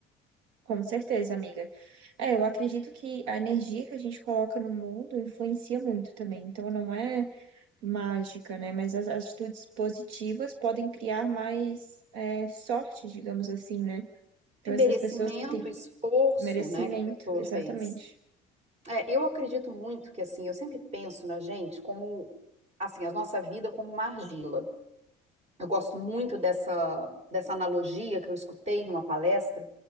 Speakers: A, on the right (about 80°); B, on the right (about 35°).
A: com certeza, amiga. É, eu acredito que a energia que a gente coloca no mundo influencia muito também. Então, não é mágica, né? Mas as as atitudes positivas podem criar mais é, sorte, digamos assim, né? Então,
B: É merecimento,
A: essas pessoas que têm
B: esforço,
A: merecimento,
B: né, que a pessoa
A: exatamente.
B: fez. É, eu acredito muito que assim, eu sempre penso na gente como assim, a nossa vida como uma argila. Eu gosto muito dessa, dessa analogia que eu escutei numa palestra,